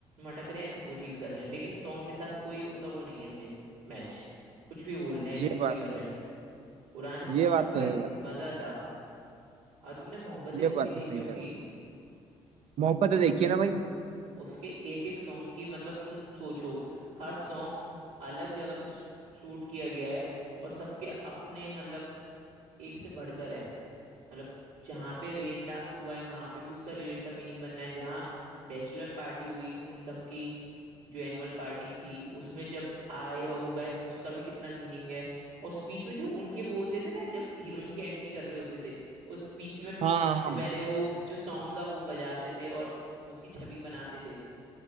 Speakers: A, on the right (about 85°); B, on the right (about 65°).
A: मटक रहे हैं वो चीज कर रहे हैं लेकिन सॉन्ग के साथ कोई उनका वो नहीं है मैच कुछ भी बोल रहे हैं
B: ये
A: कुछ
B: बात
A: भी कर रहे हैं पुराने सॉन्ग
B: ये बात
A: में भाई
B: तो है
A: मजा
B: भाई
A: था और तुमने मोहब्बतें
B: ये
A: मूवी
B: बात तो
A: देखी
B: सही
A: होंगी
B: कह रहे हो मोहब्बत है, देखिए ना भाई
A: उसके एक एक सॉन्ग की मतलब तुम सोचो हर सॉन्ग अलग जगह पे शूट किया गया है और सबके अपने मतलब एक से बढ़कर हैं मतलब जहाँ पे रेन डांस हुआ है वहां पे भी उसका लिरिक का मीनिंग बनना है जहाँ बैचलर पार्टी हुई उन सबकी जो एनुअल पार्टी थी उसमें जब आए और वो गए उसका भी कितना मीनिंग है और उस बीच में जो उनके वो होते थे ना जब हीरोइन की एंट्री कर रहे होते थे उस बीच में आने
B: हाँ हाँ
A: से
B: हाँ
A: पहले वो जो सॉन्ग का वो बजाते थे और उसकी छवि बनाते थे